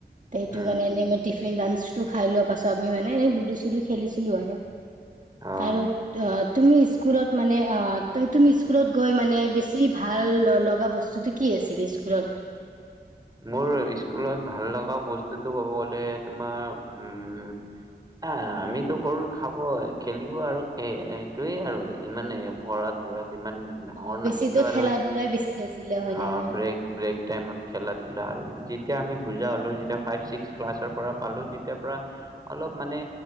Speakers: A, on the right (about 45°); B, on the right (about 20°).
A: সেইটো
B: উম,
A: কাৰণে এনে টিফিন লাঞ্চ খাই লোৱা পাছত আমি মানে এ লুডু চুডু খেলিছিলো আৰু
B: অ'।
A: আৰু অ', তুমি স্কুলত মানে অ, তুমি স্কুলত গৈ মানে বেছি ভাল লগা বস্তু কি আছিলে স্কুলত
B: মোৰ স্কুলত ভাল লগা বস্তুতটো ক'ব গ'লে তোমাৰ উম', অ' আমিতো সৰু খাব খেলিব আৰু সেই সেইটোয়ে আৰু ইমানে পৰা ধৰাত ইমান ডাঙৰ
A: অ বেছিতো
B: নাছিলো আৰু
A: খেলা ধূলাই বেছি আছিলে হয়
B: অ,
A: নে নহয়
B: ব্ৰেক ব্ৰেক টাইমত খেলাত খেলা আৰু যেতিয়া আমি বুজা হ'লোঁ যেতিয়া ফাইভ ছিক্স ক্লাছৰ পৰা পালো। তেতিয়াৰ পৰা অলপ মানে